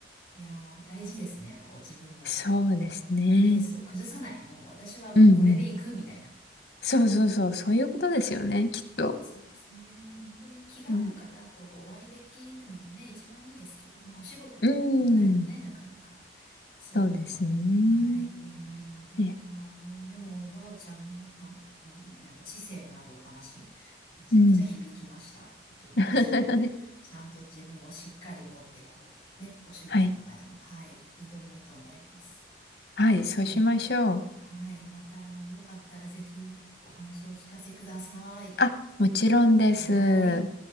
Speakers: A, on the left; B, on the left.
A: いやー、大事ですね。やっぱこう、自分のこう、
B: そうですね。
A: なんだろう、ペースを崩さない。もう私はもうこれで行くみたいな。
B: うんうん。そうそうそう、そういうことですよね、きっと。
A: そうですね。もう本当に気が合う方とお会いできるのがね、
B: うん。
A: 一番いいですけど、まあお仕事となるとね、
B: うーん。
A: なかなかそうとは、
B: そうですね。
A: はい、言えないので、
B: いえ。
A: でもあの、でもおばあちゃんの、あの、本当になんか知性のあるお話、めちゃくちゃ響きました。
B: うん。
A: 本当に私もちゃんと自分をしっかり持って、
B: <laughs>
A: こう、ね、お仕事とかでも、
B: はい。
A: はい、挑もうと思います。
B: はい、
A: はい。
B: そうしましょう。
A: はい。また、あの、よかったらぜひお話をお聞かせください。
B: あ、もちろんです。
A: はい。